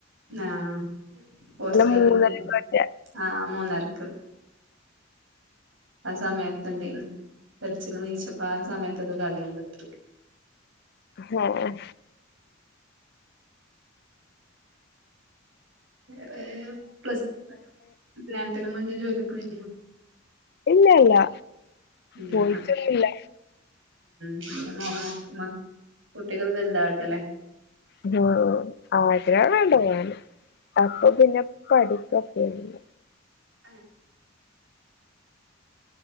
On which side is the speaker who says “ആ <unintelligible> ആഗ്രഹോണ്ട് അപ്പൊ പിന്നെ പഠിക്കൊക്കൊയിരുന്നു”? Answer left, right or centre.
Left